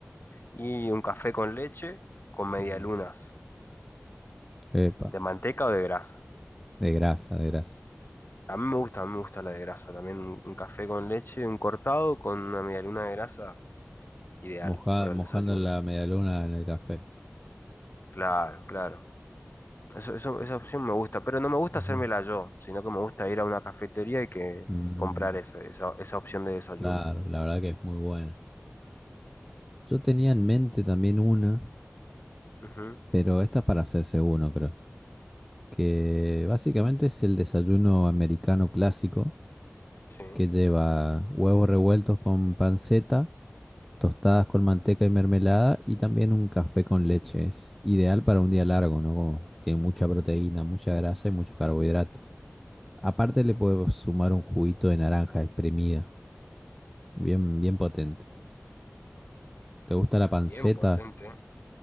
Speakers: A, on the left; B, in the centre.
A: Y un café con leche con medialunas,
B: Ujú. Epa,
A: de manteca o de grasa.
B: de grasa, de grasa.
A: A mí me gusta, a mí me gusta la de grasa también. Un, un café con leche, un cortado con una medialuna de grasa, ideal
B: Moja-
A: para
B: mojando
A: el desayuno.
B: la medialuna en el café.
A: Claro, claro. Eso, eso- esa opción me gusta, pero no me gusta
B: Ujú.
A: hacérmela yo, sino que me gusta ir a una cafetería y que
B: Mm,
A: comprar esa, esa, esa opción de desayuno.
B: claro, la verdad que es muy buena. Yo tenía en mente también una,
A: Ujú,
B: pero esta es para hacerse uno, creo. Que básicamente es el desayuno americano clásico,
A: Sí,
B: que lleva huevos revueltos con panceta. Tostadas con manteca y mermelada y también un café con leche. Es ideal para un día largo, ¿no? Como tiene mucha proteína, mucha grasa y mucho carbohidrato. Aparte le puedo sumar un juguito de naranja exprimida, bien, bien potente. ¿Te gusta la panceta?
A: bien potente.